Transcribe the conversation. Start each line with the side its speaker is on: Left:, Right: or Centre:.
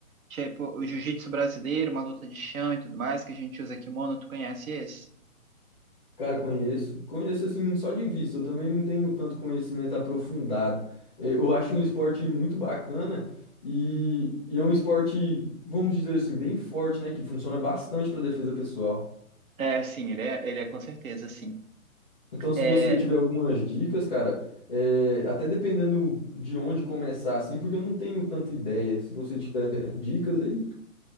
Right: Tipo, o jiu-jitsu brasileiro, uma luta de chão e tudo mais, que a gente usa kimono, tu conhece esse?
Centre: Cara, conheço. Conheço assim só de vista. Eu também não tenho tanto conhecimento aprofundado. Eh, Eu acho um esporte muito bacana e, e é um esporte, vamos dizer assim, bem forte, né? Que funciona bastante para defesa pessoal.
Right: É, sim, ele é, ele é com certeza, sim.
Centre: Então, se
Right: É...
Centre: você tiver algumas dicas, cara, eh, até dependendo de onde começar, assim, porque eu não tenho tanta ideia. Se você tiver dicas aí,